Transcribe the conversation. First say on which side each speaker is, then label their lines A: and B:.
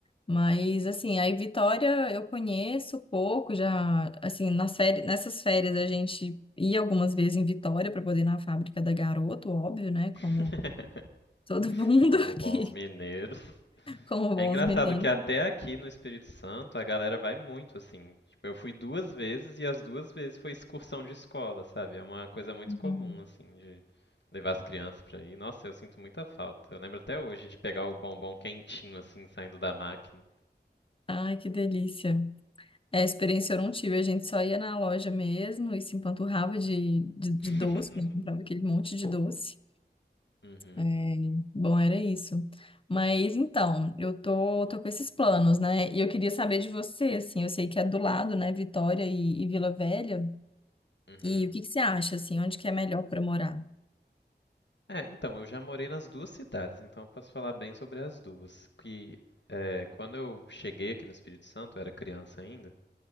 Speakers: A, on the left (about 30°); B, on the left (about 85°).
A: Mas, assim, aí Vitória eu conheço pouco, já, assim, nas férias, nessas férias a gente ia algumas vezes em Vitória para poder ir na fábrica da Garoto, óbvio, né? Como
B: <laughs>
A: todo mundo
B: Como
A: <laughs> aqui,
B: bons mineiros.
A: como bons
B: É engraçado
A: mineiros.
B: que até aqui no Espírito Santo a galera vai muito assim. Tipo, eu fui duas vezes e as duas vezes foi excursão de escola, sabe? É uma coisa muito
A: Uhum.
B: comum assim de levar as crianças pra ir. Nossa, eu sinto muita falta. Eu lembro até hoje de pegar o bombom quentinho assim saindo da máquina.
A: Ai, que delícia. É, experiência eu não tive, a gente só ia na loja mesmo e se empanturrava de, de, de
B: <laughs>
A: doce, né? Comprava aquele monte de doce.
B: Uhum,
A: É, bom, era isso. Mas então, eu tô, tô com esses planos, né? E eu queria saber de você, assim, eu sei que é do lado, né, Vitória e, e Vila Velha.
B: uhum.
A: E o que que você acha, assim, onde que é melhor para morar?
B: É, então, eu já morei nas duas cidades, então eu posso falar bem sobre as duas. Que é, quando eu cheguei aqui no Espírito Santo, eu era criança ainda,